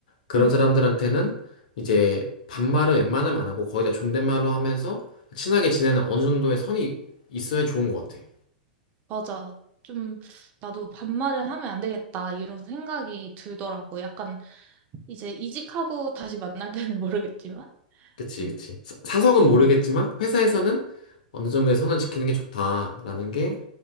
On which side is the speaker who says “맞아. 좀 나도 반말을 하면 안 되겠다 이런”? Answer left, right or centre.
Right